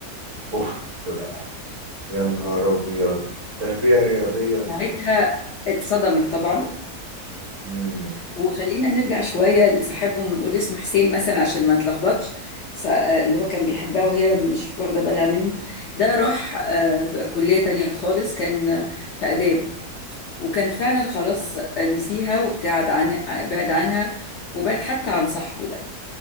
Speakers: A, on the right; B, on the left.
A: أوف بقى يا نهار أبيض تربية رياضية
B: ساعتها اتصدمت طبعا
A: مم.
B: وخلينا نرجع شوية لصاحبهم ونقول اسمه حسين مثلا عشان ما تلخبطش سا- آه، اللي هو كان بيحبها وهي مش واخدة بالها منه ده راح آه، بقى كلية تانية خالص كان آه، في آداب وكان فعلا خلاص نسيها وابتعد عن بعد عنها وبعد حتى عن صاحبه ده